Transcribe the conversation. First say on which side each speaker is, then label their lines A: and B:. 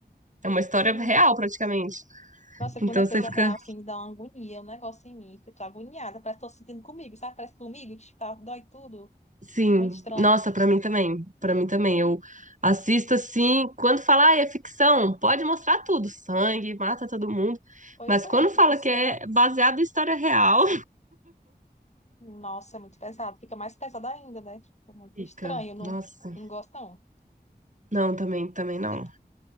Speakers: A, on the right; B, on the left.
A: É uma história
B: Sim.
A: real, praticamente.
B: Nossa,
A: Então
B: quando é
A: você
B: coisa
A: fica,
B: real, assim, me dá uma agonia, um negócio em mim. que Eu tô agoniada, parece que tô sentindo comigo, sabe? Parece que comigo, que tá, dói tudo.
A: sim.
B: Muito estranho.
A: Nossa, pra mim também. Pra mim também. Eu assisto assim. Quando fala, ah, é ficção, pode mostrar tudo. Sangue, mata todo mundo.
B: Pois
A: Mas
B: é,
A: quando
B: porque
A: fala
B: só.
A: que é baseado em história real,
B: Nossa, é muito pesado. Fica mais pesado ainda, né? Tipo,
A: <laughs>
B: muito
A: fica.
B: estranho. Não,
A: Nossa.
B: não gosto, não.
A: Não, também, também não.
B: Tipo,